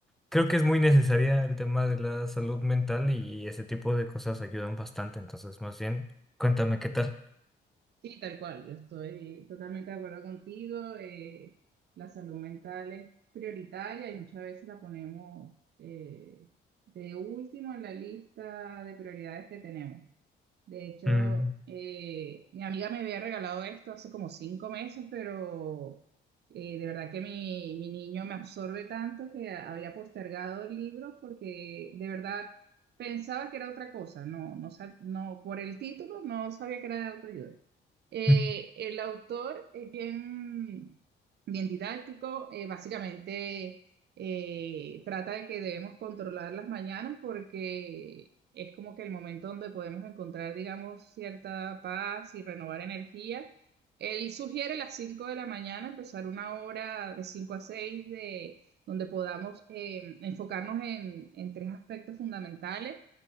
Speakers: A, in the centre; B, on the right.
A: creo que es muy necesaria el tema de la salud mental y ese tipo de cosas ayudan bastante. Entonces, más bien, cuéntame qué tal.
B: Sí, tal cual, yo estoy totalmente de acuerdo contigo. eh, la salud mental es prioritaria y muchas veces la ponemos eh, de último en la lista de prioridades que tenemos. De hecho,
A: Mm,
B: eh, mi amiga me había regalado esto hace como cinco meses, pero eh, de verdad que mi, mi niño me absorbe tanto que había postergado el libro porque de verdad pensaba que era otra cosa. No, no, sab- no, por el título no sabía que era de autoayuda. Eh,
A: <laughs>
B: el autor es bien, bien didáctico, eh, básicamente eh, trata de que debemos controlar las mañanas porque es como que el momento donde podemos encontrar, digamos, cierta paz y renovar energía. Él sugiere las 5 de la mañana empezar una hora de 5 a 6 de, donde podamos eh, enfocarnos en, en tres aspectos fundamentales